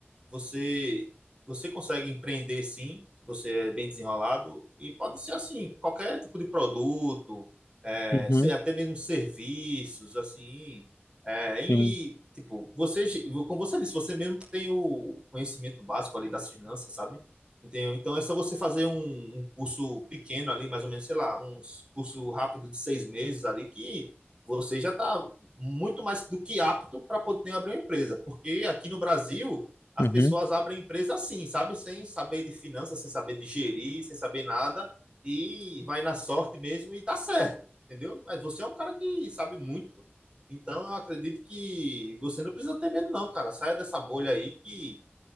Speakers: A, on the right; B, on the left.
A: você você consegue empreender sim, você é bem desenrolado e pode ser assim, qualquer tipo de produto, é,
B: uhum,
A: se- até mesmo serviços, assim, é, e
B: sim,
A: tipo, você, como você disse, você mesmo tem o conhecimento básico ali das finanças, sabe? Entendeu? Então é só você fazer um, um curso pequeno ali, mais ou menos, sei lá, um curso rápido de seis meses ali, que você já está muito mais do que apto para poder abrir uma empresa. Porque aqui no Brasil, as
B: uhum.
A: pessoas abrem empresa assim, sabe? Sem saber de finanças, sem saber de gerir, sem saber nada, e vai na sorte mesmo e dá certo, entendeu? Mas você é um cara que sabe muito. Então eu acredito que você não precisa ter medo, não, cara. Saia dessa bolha aí que,